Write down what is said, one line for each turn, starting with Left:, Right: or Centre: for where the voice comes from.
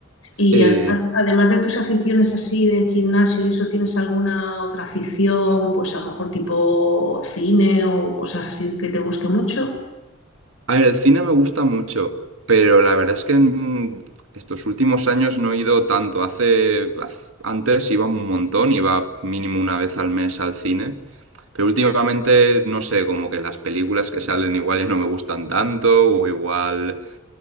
Left: Y
Right: Eh,
Left: además, además de tus aficiones así del gimnasio y eso, ¿tienes alguna otra afición, pues a lo mejor tipo cine o cosas así que te guste mucho?
Right: A ver, el cine me gusta mucho, pero la verdad es que en estos últimos años no he ido tanto. Hace, haz- antes iba un montón, iba mínimo una vez al mes al cine, pero últimamente no sé, como que las películas que salen igual ya no me gustan tanto, o igual,